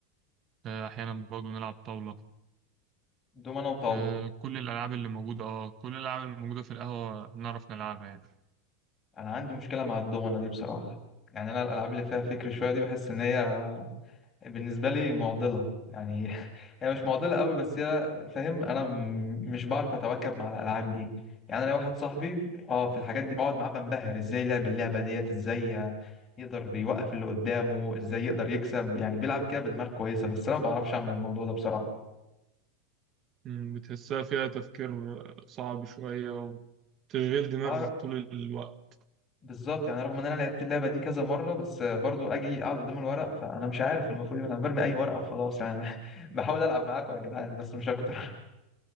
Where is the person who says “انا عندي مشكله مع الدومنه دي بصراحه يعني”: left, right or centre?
Left